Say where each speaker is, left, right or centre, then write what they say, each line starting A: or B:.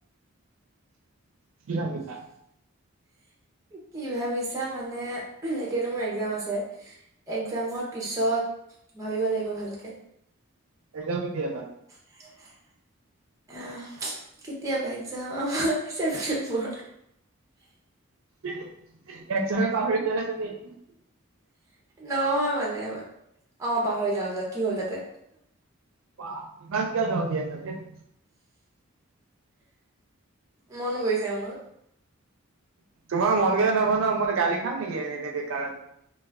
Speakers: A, on the right; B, on the right.
A: কি ভাবিছা।
B: কি ভাবিছা মানে মানে এতিয়াতো মোৰ এক্সাম আছে। এক্সামৰ পিছত ভাবিব লাগিব ভালকে।
A: এক্সাম কেতিয়া পা
B: <inaudible> আহ কেতিয়া পা এক্সাম আমাৰ ছেপ্টেম্বৰ।
A: উ এক চক পাহৰি যোৱা নেকি তুমি।
B: নহয় মানে অ পাহৰি যাওঁ যোৱা কি হ'ল তাতে।
A: বাহ ইমান কিয় তাকে <unintelligible>
B: মন গৈছে মোৰ।
A: তোমাৰ মন গ'লে নহ'ব মই গালি খাম নেকি এনে বেকাৰত ।